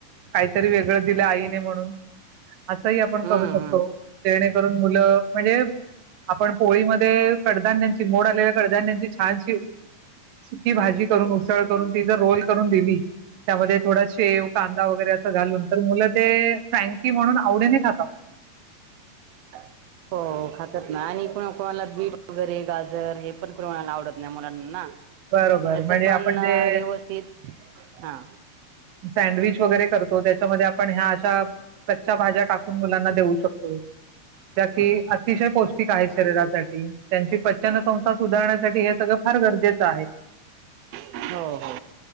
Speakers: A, on the right; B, on the right.
A: काहीतरी वेगळं दिलं आईने म्हणून असंही आपण
B: हम्म
A: करू शकतो
B: हम्म
A: जेणेकरून मुलं म्हणजे आपण पोळीमध्ये कडधान्यांची मोड आलेल्या कडधान्यांची छानशी सुकी भाजी करून उसळ करून तिचा रोल करून दिली त्यामध्ये थोडा शेव कांदा वगैरेच असं घालून तर मुलं ते फ्रँकी म्हणून आवडीने खातात
B: हा हो खातात ना आणि को कोणाला बीट वगैरे गाजर हे पण कोणाला आवडत नाही मुलांना
A: बरोबर
B: त्याच
A: म्हणजे
B: पण
A: आपण जे
B: व्यवस्थित हा
A: सँडविच वगैरे करत हो त्याच्यामध्ये आपण ह्या अशा कच्च्या भाज्या टाकून मुलांना देऊ शकतो त्या की अतिशय पौष्टिक आहेत शरीरासाठी त्यांची पचनसंस्था सुधारण्यासाठी हे सगळं फार गरजेचं आहे
B: हो हो